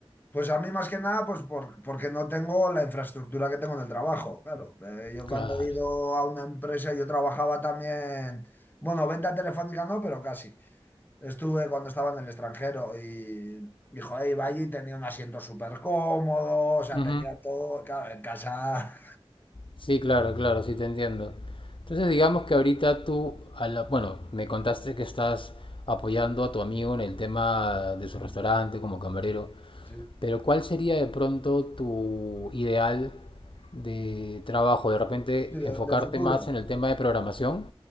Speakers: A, on the left (about 20°); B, on the left (about 55°).
A: pues a mí más que nada, pues por- porque no tengo la infraestructura que tengo en el trabajo. Claro, Eh, yo
B: Claro.
A: cuando he ido a una empresa, yo trabajaba también, bueno, venta telefónica no, pero casi. Estuve cuando estaba en el extranjero y, y joder, iba allí, tenía un asiento súper cómodo, o sea,
B: Ujú.
A: tenía todo, claro, en casa,
B: Sí, claro, claro, sí te entiendo. Entonces, digamos que ahorita tú, a la- bueno, me contaste que estás apoyando a tu amigo en el tema de su
A: <laughs>
B: restaurante como camarero.
A: sí,
B: Pero ¿cuál sería de pronto tu ideal de trabajo? De repente
A: sí, de
B: enfocarte
A: de futuro.
B: más en el tema de programación.